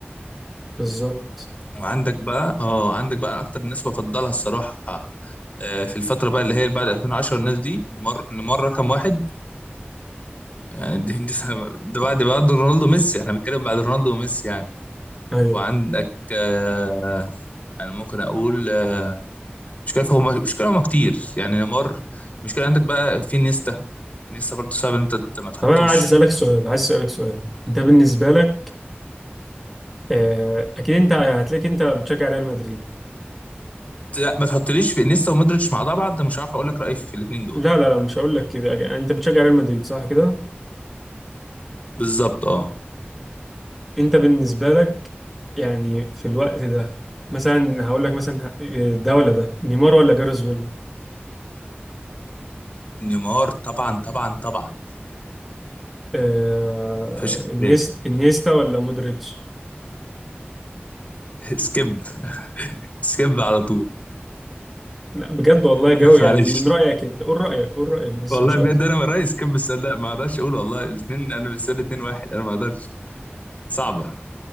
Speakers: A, in the centre; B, on the left.
A: بالظبط
B: وعندك بقى اه عندك بقى اكتر الناس بفضلها الصراحه آه، في الفترة بقى اللي هي اللي بعد 2010 الناس دي نمر نمر رقم واحد يعني دي, دي سنة ده بعد بعد رونالدو وميسي احنا بنتكلم بعد رونالدو وميسي يعني
A: ايوه
B: وعندك آه انا ممكن اقول آه، مش كده هم مش كده هم كتير يعني نمر المشكلة عندك بقى في نيستا نيستا برضه صعب ان انت ت- ما تحطوش
A: طب انا عايز اسالك سؤال عايز اسالك سؤال انت بالنسبه لك آه، اكيد انت هتلاقيك انت بتشجع ريال مدريد
B: لا ما تحطليش في نيستا ومودريتش مع بعض مش عارف اقول لك رأيي في الاثنين دول
A: لا لا لا مش هقول لك كده أك- انت بتشجع ريال مدريد صح كده
B: بالظبط اه
A: انت بالنسبه لك يعني في الوقت ده مثلا هقول لك مثلا آه، ده ولا ده نيمار ولا جارس بيل
B: نيمار طبعا طبعا طبعا
A: آه،
B: مفيش اختلاف
A: انيس انيستا ولا مودريتش
B: <laughs> سكيب سكيب على طول
A: لا بجد والله جو
B: <laughs>
A: يعني
B: معلش
A: من رايك انت قول رايك قول رايك بس
B: والله
A: مش
B: بجد
A: اكتر
B: انا رئيس كم السؤال ده ما اقدرش اقول والله الاثنين انا بالنسبه لي اثنين واحد انا ما اقدرش صعبه